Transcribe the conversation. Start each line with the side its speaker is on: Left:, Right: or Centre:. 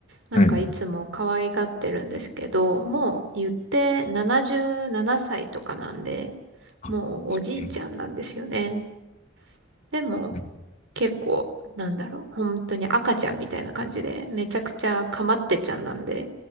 Right: なんかいつも可愛がってるんですけど、
Left: はい。
Right: もう言って77歳とかなんで、
Left: あ、
Right: もうおじいちゃんなんですよね。
Left: そう
Right: でも、
Left: なんだ
Right: 結構、なんだろう、本当に赤ちゃんみたいな感じで、めちゃくちゃかまってちゃんなんで、